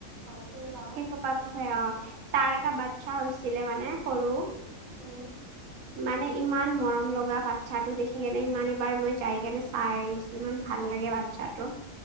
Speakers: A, on the right; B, on the right.
A: অ' চিনি পাওঁ।
B: সেই সোপা পোহে অঁ', তাৰ এটা বাচ্ছা হৈছিলে মানে সৰু।
A: উম।
B: মানে ইমান মৰম লগা বাচ্ছাটো দেখি কেনে ইমান এবাৰ মই যাই কেনে চাই আহিছো ইমান ভাল লাগে বা- চ্ছাটো।